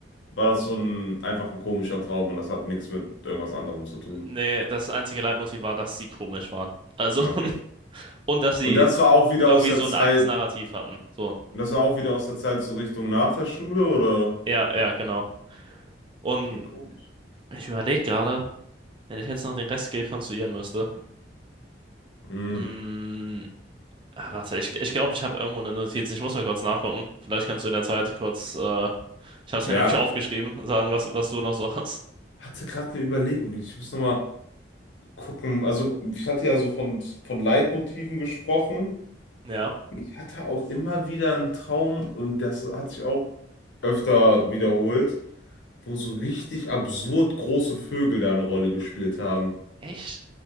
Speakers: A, on the left (about 80°); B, on the right (about 30°).
A: war das so ein einfach ein komischer Traum und das hat nichts mit irgendwas anderem zu tun?
B: Nee, das einzige Leitmotiv war, dass sie komisch waren. Also,
A: Ja, Okay.
B: <laughs> und dass sie
A: Und das war auch wieder
B: irgendwie
A: aus der
B: so
A: Zeit,
B: ein eigenes Narrativ hatten. So.
A: Und das war auch wieder aus der Zeit so Richtung nach der Schule, oder?
B: Ja, ja, genau. Und
A: Okay, komisch.
B: ich überlege gerade, wenn ich jetzt noch den Rest rekonstruieren müsste.
A: Hm,
B: Mm, ah, warte, ich, glaube, ich glaube, ich habe irgendwo eine Notiz. Ich muss mal kurz nachgucken. Vielleicht kannst du in der Zeit kurz. Äh, ich habe es
A: ja,
B: mir nämlich aufgeschrieben, sagen, was, was du noch so hast.
A: ich hatte gerade eine Überlegung. Ich muss nochmal gucken. Also, ich hatte ja so von, von Leitmotiven gesprochen.
B: Ja.
A: Ich hatte auch immer wieder einen Traum, und das hat sich auch öfter wiederholt, wo so richtig absurd große Vögel da eine Rolle gespielt haben.
B: Echt?